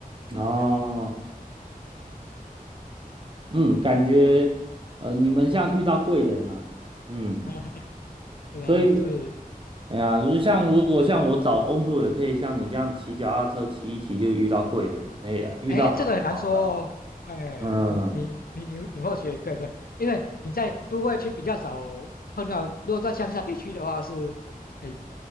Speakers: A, on the right (about 35°); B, on the left (about 75°).
A: 哦，
B: 嗯。
A: 嗯，感觉，呃，你们像遇到贵人了、嗯，
B: <laughs> 是啊，
A: 所以，
B: 所以，
A: 哎呀，如像如果像我找工作，也可以像你这样骑脚踏车骑一骑就遇到贵人，哎呀，遇到好的老板，
B: 哎，这个很难说哦。哎，
A: 嗯，
B: 你你你你你或许也可以说，因为你在都会区比较少碰到，如果在乡下地区的话是，哎，